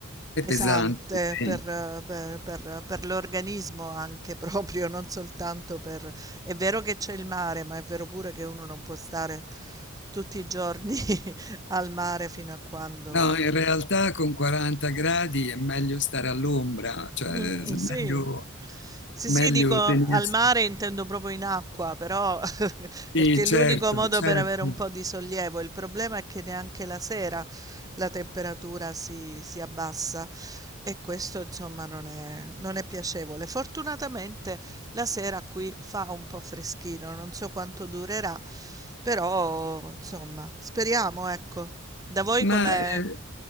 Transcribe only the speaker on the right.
pesante
per, per- per- per l'organismo anche <laughs> proprio, non soltanto per... È vero che c'è il mare, ma è vero pure che uno non può stare tutti i giorni <laughs> al mare fino a quando
Mh,
sì.
Sì,
sì, dico al
mare intendo proprio in acqua, però <laughs>
perché è
l'unico modo
per avere un po' di sollievo. Il problema è che neanche la sera la temperatura si si abbassa e questo insomma non è non è piacevole. Fortunatamente la sera qui fa un po' freschino, non so quanto durerà, però insomma speriamo, ecco. Da voi
com'è?